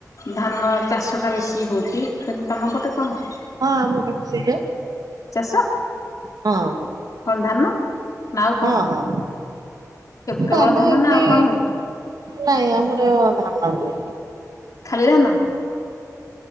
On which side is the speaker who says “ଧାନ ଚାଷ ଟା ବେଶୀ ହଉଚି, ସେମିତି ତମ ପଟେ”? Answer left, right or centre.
Left